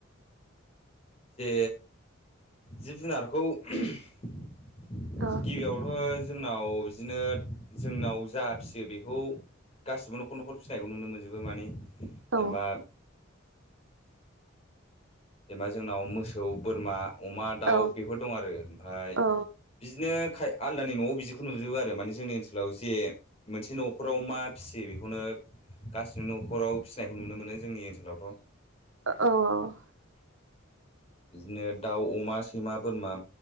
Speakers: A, on the left; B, on the right.
A: जे जिब जुनारखौ गिबियावथ'
B: औ
A: जोंनाव बिदिनो जोंनाव जा फिसियो बेखौ गासिबो न'खर न'खर फिसिनायखौ नुनो मोनजोबो मानि जेनेबा
B: औ
A: जेनेबा जोंनाव मोसौ बोरमा अमा दाउ
B: औ
A: बेफोर दं आरो ओमफ्राय
B: औ
A: बिदिनो खाय आलदानि न'आव बिदिखौ नुजोबो आरो माने जोंनि ओनसोलाव जे मोनसे न'खराव मा फिसियो बेखौनो गासिबो न'खराव फिसिनायखौ नुनो मोनो। जोंनि ओनसोलावथ'।
B: औ औ।
A: बिदिनो दाउ, अमा, सैमा, बोरमा,